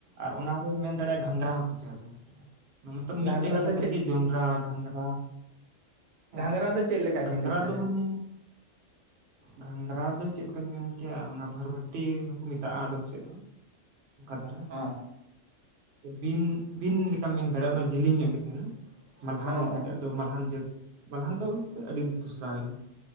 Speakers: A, on the right; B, on the right.
A: ᱟᱨ ᱚᱱᱟᱨᱮᱢ ᱢᱮᱱ ᱫᱟᱲᱮᱭᱟᱜᱼᱟ ᱜᱷᱟᱸᱜᱨᱟ ᱦᱚᱸ ᱠᱚ ᱪᱟᱥᱟ ᱢᱚᱛᱚᱵ ᱢᱤᱫᱴᱮᱱ
B: ᱜᱷᱟᱸᱝᱨᱟ
A: ᱠᱷᱮᱛ
B: ᱫᱚ ᱪᱮᱫ
A: ᱨᱮᱜᱮ ᱡᱚᱱᱰᱨᱟ ᱜᱷᱟᱸᱜᱽᱨᱟᱼᱼ ᱦᱮᱸ
B: ᱜᱷᱟᱸᱝᱨᱟ ᱫᱚ ᱪᱮᱫ ᱞᱮᱠᱟᱱ
A: ᱜᱷᱟᱸᱜᱨᱟ
B: ᱡᱤᱱᱤᱥ ᱠᱟᱱᱟ
A: ᱫᱚ ᱢᱟᱱᱮᱼᱼ ᱜᱷᱟᱸᱝᱨᱟ ᱫᱚ ᱪᱮᱫ ᱞᱮᱠᱟᱧ ᱢᱮᱱ ᱠᱮᱭᱟ ᱚᱱᱟ ᱵᱷᱚᱨᱵᱟᱹᱴᱤ ᱦᱚᱸᱠᱚ ᱢᱮᱛᱟᱜᱼᱟ ᱟᱫᱚᱢ ᱥᱮᱫ ᱫᱚ ᱚᱱᱠᱟ ᱫᱷᱟᱨᱟ ᱥᱮ
B: ᱚ
A: ᱵᱤᱱ ᱵᱤᱱ ᱞᱮᱠᱟᱢ ᱢᱮᱱ ᱫᱟᱲᱮᱭᱟᱜᱼᱟ ᱚᱱᱟ ᱡᱮᱞᱮᱧ ᱧᱚᱜ ᱜᱮ ᱛᱟᱦᱮᱱᱟ ᱢᱟᱞᱦᱟᱱ
B: ᱚ
A: ᱞᱮᱠᱟ
B: ᱚ
A: ᱜᱮ ᱟᱫᱚ ᱢᱟᱞᱦᱟᱱ ᱡᱟᱹᱛ ᱢᱟᱞᱦᱟᱱ ᱫᱚ ᱟᱹᱰᱤ ᱫᱚᱥᱨᱟᱣ ᱦᱩᱭ ᱮᱱᱟ